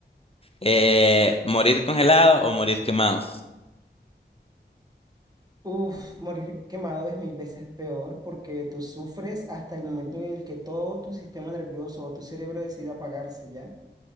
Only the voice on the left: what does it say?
Eh, ¿morir congelado o morir quemado?